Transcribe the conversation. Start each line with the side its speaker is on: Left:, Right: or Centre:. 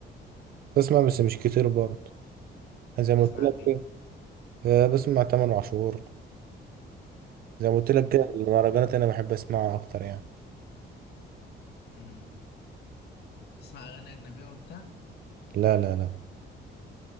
Right: بسمع بس مش كتير برضه زي
Left: تسمع
Right: ما قلت
Left: مين؟
Right: لك آه، بسمع تامر عاشور زي ما قلت لك
Left: مم.
Right: كده المهرجانات انا بحب اسمعها اكتر يعني
Left: مم. تسمع أغاني أجنبية وبتاع؟
Right: لا لا لا